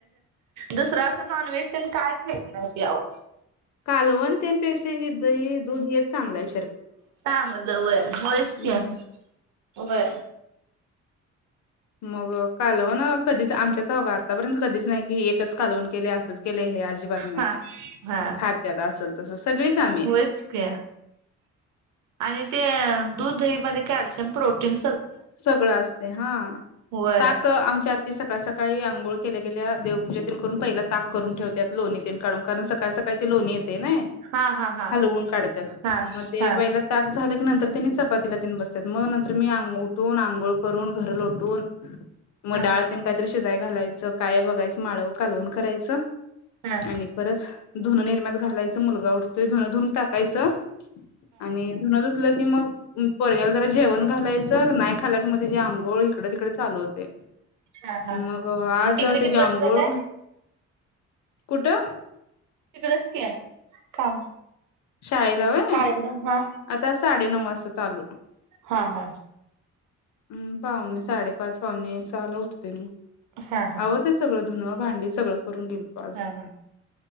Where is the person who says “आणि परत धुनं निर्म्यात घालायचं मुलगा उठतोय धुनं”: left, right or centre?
Left